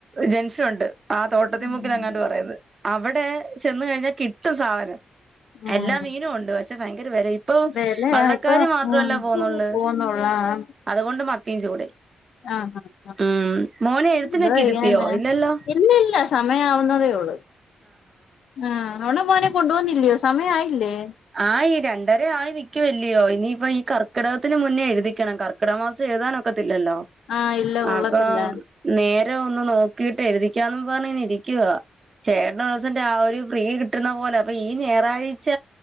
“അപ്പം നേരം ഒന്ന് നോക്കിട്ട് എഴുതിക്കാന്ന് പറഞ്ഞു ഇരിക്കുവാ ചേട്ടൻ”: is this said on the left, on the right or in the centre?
Right